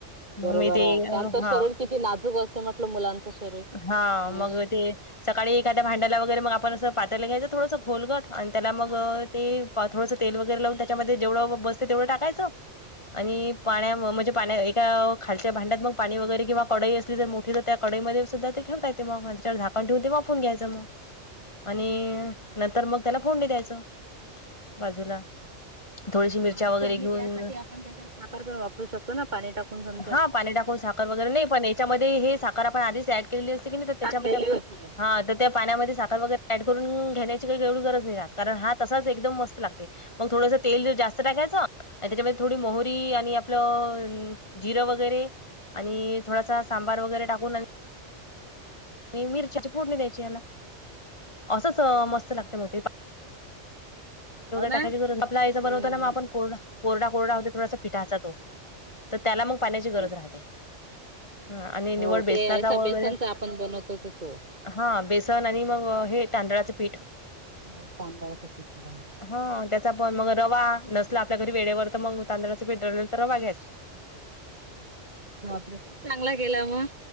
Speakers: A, on the left; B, on the right.
A: मग
B: बरोबर
A: मी ते
B: आहे त्यांचं
A: हा,
B: शरीर किती नाजूक असते म्हटलं मुलांचं शरीर
A: हा
B: हो.
A: मग ते सकाळी एखाद्या भांड्याला वगैरे मग आपण असं पातेलं घ्यायचं थोडंसं खोलगट आणि त्याला
B: हा
A: मग
B: हा
A: ते पाथवाच तेल वगैरे लावून त्याच्यामध्ये जेवढं बसते तेवढं टाकायचं
B: हा
A: आणि
B: हा
A: पाण्या म म्हजे पाण्या एका खालच्या भांड्यात मग पाणी वगैरे किंवा कडई असली जर मोठी तर त्या कडईमध्ये सुद्धा ते ठेवता येते म, त्याच्यावर झाक कण ठेऊन ते वाफऊन घ्यायच म.
B: <inaudible>
A: अणि नंतर मग त्याला फोडणी द्यायचं, बाजूला. थोडीशी मिरच्या
B: हा ना
A: वगैरे
B: फोडणी
A: घेऊन
B: द्यायसाठी आपण त्याच्यात साखर पण वापरू शकतो ना पाणी टाकून समजा
A: हा पाणी टाकून साखर वगैरे नाही, पण याच्यामध्ये हे साखर आपण आधीच ऍड केलेली असते की नाही त्याच्या
B: केली होतीे.
A: हा तर त्या पाण्यामध्ये साखर वगैरे ऍड करून घेण्याची काही एवढी गरज नाही राहात. कारण हा तसाच एकदम मस्त लागते, मग थोडस तेल जास्त टाकायचं आणि त्याच्यामध्ये थोडी मोहरी आणि आपलं अं जिरं वगैरे आणि थोडासा सांबार वगैरे टाकून आणि आणि मिरच्याची फोडणी द्यायची याला, असंच मस्त लागते मग ते.
B: हो ना
A: टाकायची गरज आपला आईचा
B: हम्म
A: बनवताना ना आपण कोर कोरडा- कोरडा होते थडासा फिटा असा तो. तर त्याला मग पाण्याची
B: हो
A: गरज राहते. हं, आणि
B: हो
A: निवळ बेसनाचा
B: ते याचा
A: वळ
B: बेसनचा
A: बर.
B: आपण बनवतो तो तो
A: हा बेसन आणि मग हे तांदळाचं पीठ.
B: हो तांदळाचं पीठ <unintelligible>
A: हा त्याचा पण मग रवा नसला आपल्या घरी वेळेवर तर मंग तांदळाचं पीठ दळलेलं तर रवा घ्यायचं.
B: बापरे खूप चांगला गेला मग